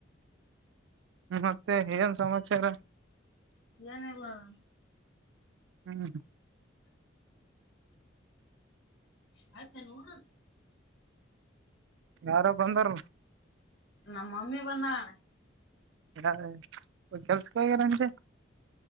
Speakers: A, on the right (about 65°); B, on the left (about 65°).
A: ಮತ್ತೆ ಏನ್ ಸಮಾಚಾರ
B: ಏನಿಲ್ಲ ಅಣ್ಣ
A: ಹ್ಮ್
B: ತಆಯ್ತಾ ನೋಡ್
A: ಯಾರ ಬಂದಾರ
B: ನಮ್ಮಮ್ಮಿ ಬಂದ ಅಣ್ಣ
A: ಹ ಕೆಲ್ಸಕ್ಕೆ ಹೋಗ್ಯಾನ್ ಅಂದ್ರಿ